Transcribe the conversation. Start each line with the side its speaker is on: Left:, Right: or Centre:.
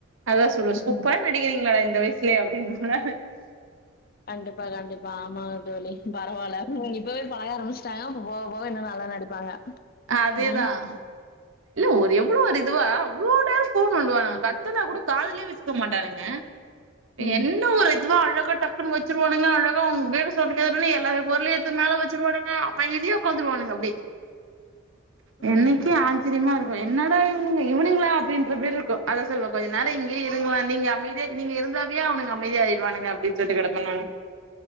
Right: அதா சொல்வே சூப்பரா
Left: ம்
Right: நடிக்கிறீங்களாடா இந்த வய்ஸ்லே அப்டி சொல்வே
Left: கண்டிப்பா கண்டிப்பா ஆமா தோழி பரவால்ல இப்பவே பழக ஆரம்பிச்சி டானா அப்ப போக போக இன்னு நல்லா நடிப்பாங்க
Right: அதேதா
Left: ம்,
Right: இல்ல ஒரு எவ்ளோ ஒரு இதுவா அவ்ளோ நேரோ ஃபோன் நோன்டுவானா கத்துனா கூட காதுலே வெச்சிக்க மாட்டானுங்க
Left: ம்,
Right: என்ன ஒரு ரொம்ப அழகா டக்குனு வெச்சுருவானுங்க அழகா அவுங் வேற சவுண்ட் கேட்ட உடனே எல்லா பொருளையு எட்த்து மேல வெச்சுருவானுங்க அமைதியா உக்காந்துருவானுங்க அப்டி இன்னைக்கு
Left: ம்.
Right: ஆ ச்சரியமா இருக்கு என்னட இவுனுங்க இவனுங்களா அப்டின்ற பேரு இருக்கு அத சொல்லுவே கொஞ்ச நேரோ இங்கியே இருங்ளே நீங்க அமைதியா நீங்க இருந்தாவே அவனுங்க அமைதிய ஆயிடுவானுங்க அப்டின் சொல்ட்டு கெடப்பே நானு